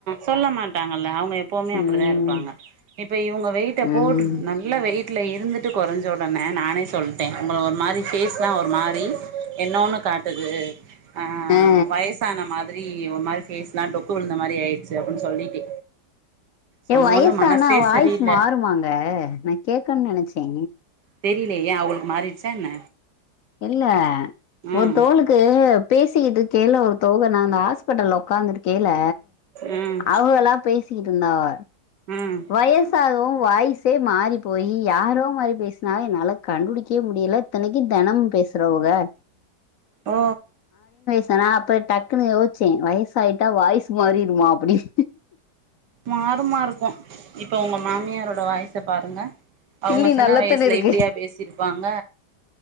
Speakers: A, on the right (about 85°); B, on the left (about 65°).
A: சொல்ல மாட்டாங்கல்ல அவங்க எப்புமே அப்டிதா
B: ம்
A: இருப்பாங்க இப்ப இவங்க வெயிட்ட
B: ம்
A: போட்டுட்டு நல்ல வெயிட் ட்ல இருந்துட்டு கொறஞ்ச ஓடனே நானே சொல்ட்டே உங்கள ஒரு மாரி ஃபேஸ்லா ஒரு மாரி என்னொன்னு காட்டுது அ
B: ஆ
A: வயசான மாரி ஒரு மாரி ஃபேஸ்லா டொக் க்கு விழுந்த மாரி ஆயிருச்சு அப்டின்னு சொல்லிட்டே சொன்னோன
B: ஏ வயசானா
A: மனசே
B: வாய்ஸ்
A: சரியில்ல
B: மாறுமாங்க நா கேக்ன்னு நெனச்சே
A: தெரில ஏ அவளுக்கு மாறிடுச்சா என்ன
B: இல்ல
A: ம்
B: ஒருதவுளுக்கு பேகிட்டு இருக்கைல ஒருத்தவக நா அந்த ஹாஸ்பிட்டல உட்காந்து இருக்கைல
A: ம்
B: அவங்களா பேசிக்கிட்டு இருந்தாவ
A: ம்
B: வயசாகவு வாய்ஸே மாறி போய் யாரோ மாறி பேசுனாக என்னால கண்டுபுடிக்கவே முடியல இத்தனைக்கு தெனமு பே பேசுறவுக
A: ஓ
B: நா அப்ப டக்குன்னு யோசிச்சே வயசாய்யிட்டா வாய்ஸ் மாறிருமா அப்டின்
A: மாறுமா இருக்கு இப்ப உங்க மாமியாரோட வாய்ச பாருங்க அவங்க
B: இல்லி
A: சின்ன
B: நல்லத்தானே
A: வயசுல
B: இருக்கு
A: இப்டியா பேசிருப்பாங்க